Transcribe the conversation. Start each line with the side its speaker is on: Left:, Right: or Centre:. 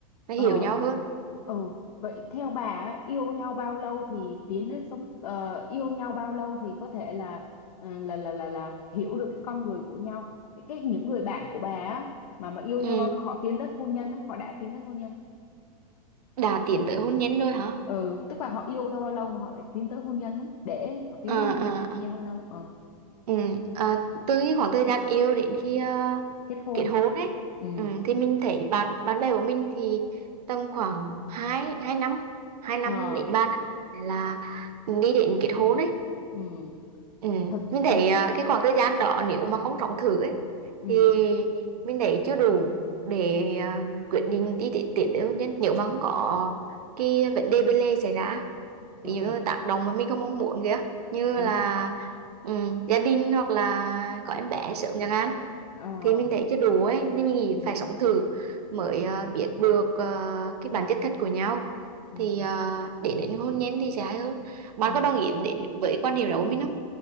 Right: và
Left: Ờ,
Right: hiểu nhau hơn
Left: ừ, vậy theo bà á, yêu nhau bao lâu thì tiến đến sống ờ, yêu nhau bao lâu thì có thể là ờ, là là là là hiểu được cái con người của nhau. Cái, cái những người bạn của bà á mà mà yêu
Right: ừ.
Left: nhau bao lâu họ tiến tới hôn nhân á, họ đã tiến tới hôn nhân.
Right: đã tiến tới hôn nhân rồi hả
Left: Ừ, tức là họ yêu nhau bao lâu mà họ lại tiến tới hôn nhân á, để họ tiến
Right: ờ
Left: tới hôn nhân
Right: ờ,
Left: là khoảng thời
Right: à.
Left: gian bao lâu? Ờ,
Right: Ừ. À, từ cái khoảng thời gian yêu đến khi à,
Left: kết hôn.
Right: kết hôn đấy
Left: Ừ.
Right: ừ, thì mình thấy bạn bạn bè của mình thì tầm khoảng hai hai năm hai năm
Left: Ờ,
Right: đến ba năm là đi đến kết hôn đấy
Left: ừ,
Right: ừ.
Left: thật
Right: mình thấy
Left: thật
Right: à, cái khoảng thời gian đó nếu mà không trọng thử ấy
Left: ừ,
Right: thì mình thấy chưa đủ để à, quyết định đi tiến tiến tới hôn nhân nếu mà không có cái vấn đề bên lề xảy ra
Left: ừ,
Right: ví dụ như tác động mà mình không mong muốn kìa như
Left: đúng.
Right: là ừ, gia đình hoặc là có em bé sớm chẳng hạn
Left: Ờ,
Right: thì mình thấy chưa đủ ấy nên mình nghĩ
Left: ừ,
Right: phải sống thử mới ờ, biết được ờ, cái bản chất thật của nhau
Left: ừ,
Right: thì ờ, để đến hôn nhân thì sẽ hay hơn bạn
Left: ừ.
Right: có đồng ý đến với quan điểm đó của mình không